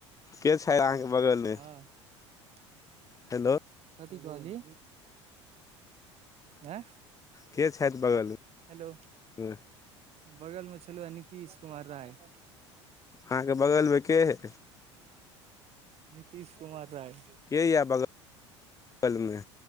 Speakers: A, on the left (about 20°); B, on the right (about 40°).
A: के छै अहाँ के बगल मे
B: हँ <inaudible>
A: हेलो
B: कथ कह अली आँ
A: के छथ बगल मे।
B: हेलो।
A: <unintelligible>
B: बगल मे छलौय नीतिश कुमार राय।
A: अहाँ के बगल मे के ह
B: नीतीश कुमार राय <unintelligible>
A: के ये बगल बगल मे